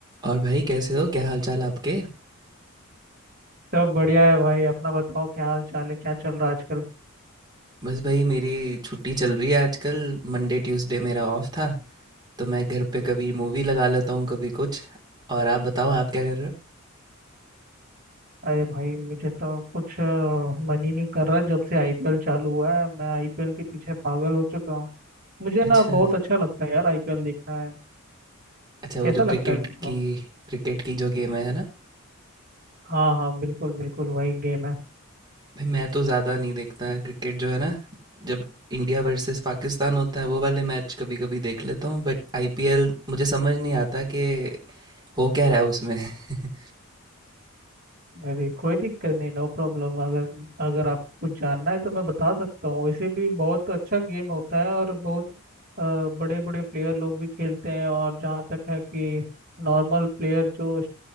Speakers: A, on the right (about 20°); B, on the right (about 45°).
A: और भाई कैसे हो क्या हालचाल आपके
B: सब बढ़िया है भाई अपना बताओ क्या हाल चाल है क्या चल रहा है आजकल
A: बस भाई मेरी छुट्टी चल रही है आजकल मंडे ट्यूसडे मेरा ऑफ था तो मैं घर पे कभी मूवी लगा लेता हूँ कभी कुछ और आप बताओ आप क्या कर रहे हो
B: अरे भाई मुझे तो कुछ अ, मन ही नहीं कर रहा जब से आईपीएल चालू हुआ है मैं आईपीएल के पीछे पागल हो चुका हूँ मुझे
A: अच्छा
B: ना बहुत अच्छा लगता है यार आईपीएल देखना है
A: <laughs> अच्छा वो
B: कैसा
A: जो क्रिकेट
B: लगता है तुमको
A: की क्रिकेट की जो गेम है ना
B: हाँ हाँ बिल्कुल बिल्कुल वही गेम है
A: भाई मैं तो ज़्यादा नहीं देखता क्रिकेट जो है ना जब इंडिया वर्सेस पाकिस्तान होता है वो वाले मैच कभी कभी देख लेता हूँ बट आईपीएल मुझे समझ नहीं आता कि हो क्या रहा है उसमें <laughs>
B: अरे कोई दिक्कत नहीं नो प्रॉब्लम अगर अगर आपको कुछ जानना है तो मैं बता सकता हूँ वैसे भी बहुत अच्छा गेम होता है और बहुत बड़े बड़े प्लेयर लोग भी खेलते हैं और जहाँ तक है कि नॉर्मल प्लेयर जो अ,